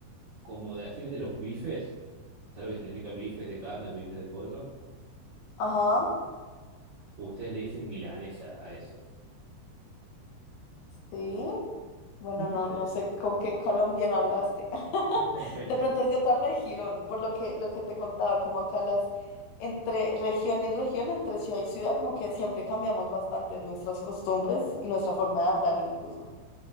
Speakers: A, on the right (about 60°); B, on the left (about 80°).
A: como decirte los bifes, ¿sabes lo que significa bifes de carne o bifes de pollo?
B: Ajá.
A: Ustedes le dicen milanesa a eso.
B: Sí, bueno,
A: No
B: no,
A: sé.
B: no sé con qué colombiano hablaste. <laughs>
A: <laughs>
B: De pronto es de otra región, por lo que, lo que te contaba, como acá las entre región y región, entre ciudad y ciudad, como que siempre cambiamos bastante nuestras costumbres y nuestra forma de hablar incluso.